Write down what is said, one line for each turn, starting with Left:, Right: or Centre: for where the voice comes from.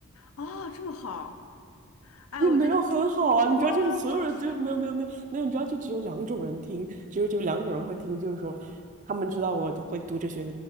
Left: 啊、这么好，哎，
Right: 也没有很好啊，
Left: 我觉得 <tsk>，
Right: 你知道，
Left: 哇，
Right: 就是所有人就是没有没有没有没有，
Left: 不行，
Right: 你知道，就只有两种人听，只有只有两种人会听，就是说他们知道我会读哲学，